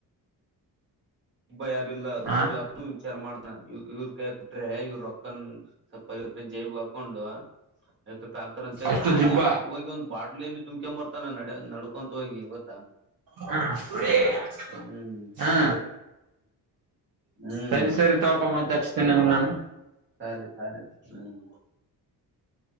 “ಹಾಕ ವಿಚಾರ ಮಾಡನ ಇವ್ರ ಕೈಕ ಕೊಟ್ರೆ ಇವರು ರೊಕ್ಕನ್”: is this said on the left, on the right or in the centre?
Right